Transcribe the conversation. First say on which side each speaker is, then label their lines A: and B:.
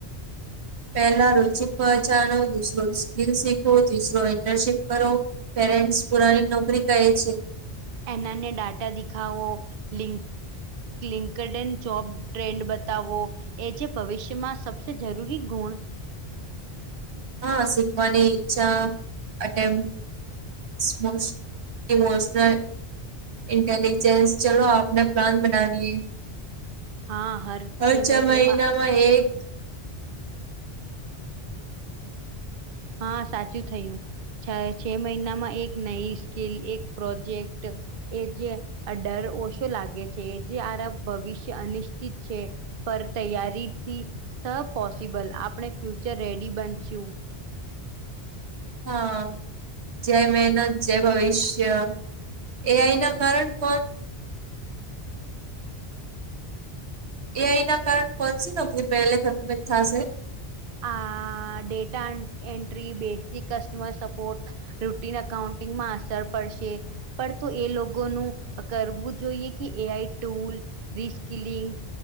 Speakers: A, on the right; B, on the right.
A: પહેલા રુચિ પહચાડો દુસરો સ્કલ શીખો ત્રીસરો ઇન્ટર્નશીપ કરો પેરેન્ટ્સ પુરાની નોકરી કહે છે.
B: એનાને ડાટા દેખાઓ લિંક ક્લિંકડન જોબ ટ્રેન્ડ બતાવો એ જે ભવિષ્યમાં સબસે જરૂરી ગુણ
A: હા શીખવાની ઈચ્છા અટેમ મો ઇમોશનલ ઇન્ટેલીિજન્સ ચલો આપને પ્લાન બનાવીએ
B: હા હર
A: હ છ
B: મહિનેમાં
A: મહિનામાં એક
B: હા સાચું થયું. છે મહિનામાં એક નઈ સ્કીલ એક પ્રોજેક્ટ એ જે ડર ઓછો લાગે છે એ જે આરા ભવિષ્ય અનિશ્ચિત છે. પર તૈયારીથી સપોસિબલ આપણે ફ્યુચર રેડી બનશું
A: હા જય મહેનત જય ભવિષ્ય એ આઈ ના કારણ હ એ આઈ ના કારણ પહોચી ન બેલેખતમે થશે
B: આ data entry basic customer support routine અાઉન્ટિંગમાં અસર પડશે પણ તો એ લોકોનું કરવું જોઈએ કે એ આઈ ટુલ રિસ્કલિંગ